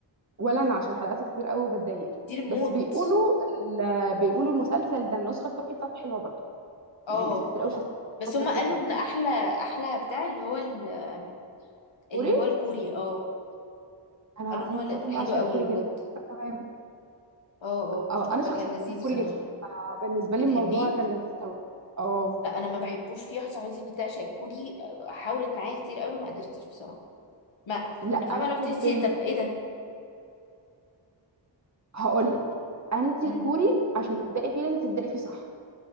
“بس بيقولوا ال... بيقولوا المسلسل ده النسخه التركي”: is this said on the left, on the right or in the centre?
Right